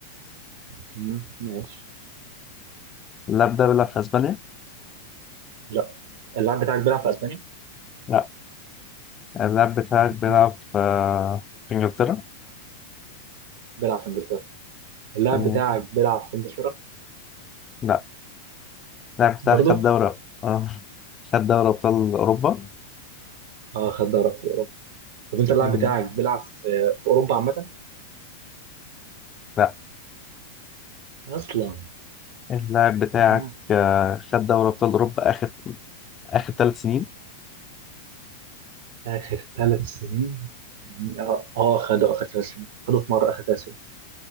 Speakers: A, on the right; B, on the left.
A: تمام ماشي
B: اللاعب ده بيلعب في اسبانيا
A: لا اللاعب بتاعك بيلعب في أسبانيا
B: لا اللاعب بتاعك بيلعب
A: مم.
B: في في انجلترا
A: بيلعب في إنجلترا اللاعب
B: تمام
A: بتاعك بيلعب في إنجلترا
B: لا اللاعب بتاعك
A: برضه
B: خد دوري اه خد دوري ابطال اوروبا
A: اه خد دوري في أوروبا طب أنت اللاعب
B: مم.
A: بتاعك بيلعب في في أوروبا عامة
B: لا
A: اصلا
B: اللاعب بتاعك
A: اه
B: آه، خد دوري ابطال اوروبا اخر اخر ثلاث سنين
A: آخر ثلاث سنين كان- اه آه، خدوا آخر ثلاث سنين خدوا في مرة آخر ثلاث سنين